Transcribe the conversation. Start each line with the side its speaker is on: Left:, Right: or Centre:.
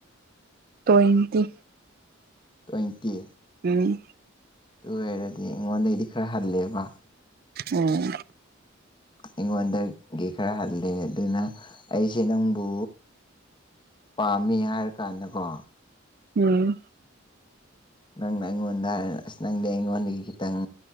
Right: ꯇꯣ ꯏꯟꯇ
Left: ꯇ꯭ꯋꯦꯟꯇꯤ
Right: ꯎ
Left: ꯇꯨ ꯍꯥꯏꯔꯗꯤ ꯏꯉꯣꯟꯗꯗꯤ ꯈꯔ ꯍꯜꯂꯦꯕ
Right: ꯑꯣꯝ
Left: ꯑꯩꯉꯣꯟꯗꯒꯤ ꯈꯔ ꯍꯜꯂꯦ ꯑꯗꯨꯅ ꯑꯩꯁꯦ ꯅꯪꯕꯨ ꯄꯥꯝꯃꯤ ꯍꯥꯏꯔ ꯀꯥꯟꯒꯣ
Right: ꯎꯝ
Left: ꯅꯪꯅ ꯑꯩꯉꯣꯟꯗ ꯑꯁ ꯅꯪꯗꯤ ꯑꯩꯉꯣꯟꯗꯒꯤ ꯈꯤꯇꯪ